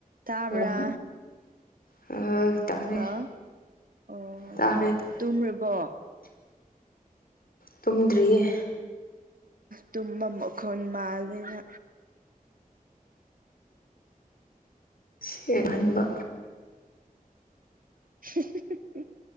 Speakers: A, on the right; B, on the left.
A: ꯇꯥꯕ꯭ꯔ
B: ꯍꯜꯂꯣ ꯑ ꯇꯥꯔꯦ
A: ꯍꯥ ꯑꯣ
B: ꯇꯥꯔꯦ ꯇꯥꯔꯦ
A: ꯇꯨꯝꯃꯨꯔꯕꯣ
B: ꯇꯨꯝꯗ꯭ꯔꯤꯌꯦ
A: ꯇꯨꯝꯕ ꯃꯈꯣꯟ ꯃꯥꯜꯂꯦꯅ
B: ꯁ ꯌꯦꯡꯍꯟꯕ
A: <unintelligible>